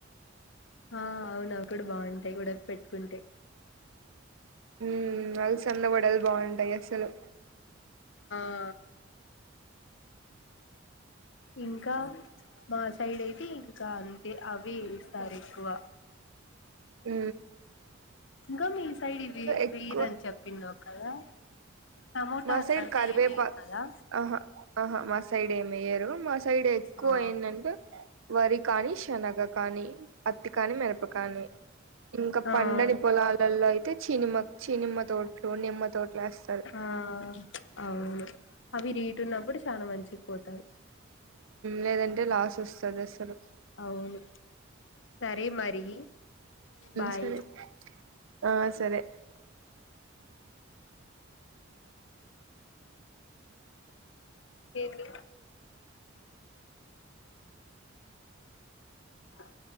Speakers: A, on the left (about 65°); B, on the right (about 80°).
A: ఆ అవును అవి కూడ బాగుంటాయి ఉడక పెట్టుకుంటే
B: మ్ అలసందగడలు బాగుంటాయి అసలు
A: ఆ ఇంకా మా సైడ్ అయితే ఇంకా అంతే అవి వేస్తారు ఎక్కువ
B: మ్మ్
A: ఇంకా మీ సైడ్ ఇవి
B: ఎక్కువ
A: వెయరని చెప్పినవ్ కదా టమోటా
B: మా
A: అట్లంతా
B: సైడ్ కరివేపా
A: ఏమేయర్ కదా
B: ఆహా ఆహా మా సైడ్ ఎం వెయ్యారు మా సైడ్ ఎక్కువ
A: ఆ
B: ఎందంటే వరి కానీ శనగ కానీ అట్ త్తి కాని మిరపకాని ఇంకా
A: ఆ ఆ
B: పండని పొలాలలో అయితే చి సినిమ చి సినిమ తోట్లు నిమ్మ తోట్లు వేస్తారు
A: ఆ అవును అవి రీటు ఉన్నప్పుడు చాలా మంచిగా పోతాయి
B: లేదంటే లాస్ వస్తాది అసలు
A: అవును సరే మరి బాయ్
B: సరే ఆ సరే
A: ఏంది <inaudible>